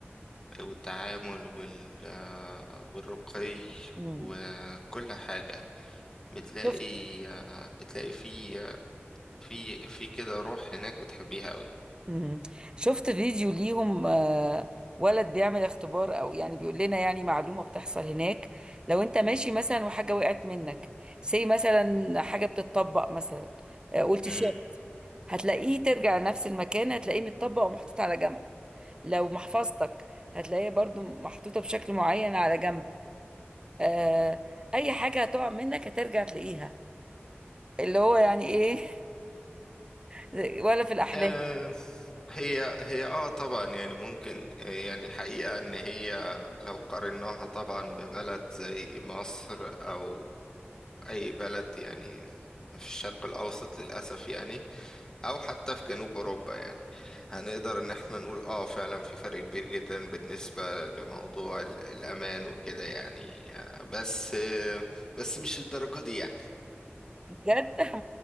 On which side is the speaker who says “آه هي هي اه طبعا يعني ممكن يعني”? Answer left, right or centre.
Left